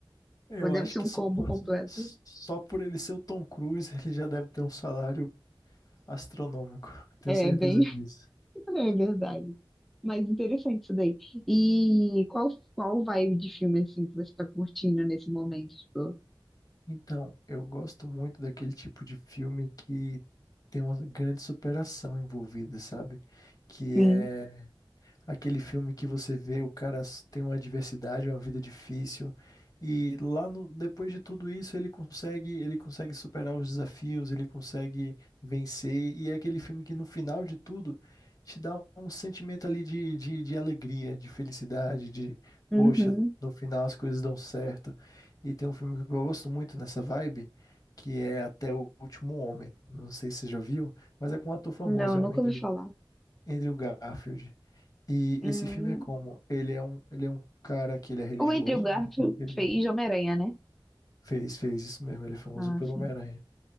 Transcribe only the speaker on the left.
eu
acho
que
só
por,
só por ele ser o Tom Cruise <laughs> ele já deve ter um salário astronômico. Tenho
certeza
disso.
Então, eu gosto muito daquele tipo de filme que tem uma grande superação envolvida, sabe? Que
é Aquele filme que você vê, o cara s- tem uma adversidade, uma vida difícil, e lá no, depois de tudo isso ele consegue, ele consegue superar os desafios, ele consegue vencer, e é aquele filme que no final de tudo te dá um sentimento ali de, de, de alegria, de felicidade, de
poxa, no final as coisas dão certo. E tem um filme que eu gosto muito nessa vibe, que é Até o Último Homem. Não sei se você já viu, mas é com um ator famoso,
é
o Andrew,
Andrew Garfield. E
esse filme é como? Ele é um, ele é um cara que ele é religioso.
né? Ele
fez, fez isso mesmo, ele é famoso
pelo
Homem-Aranha.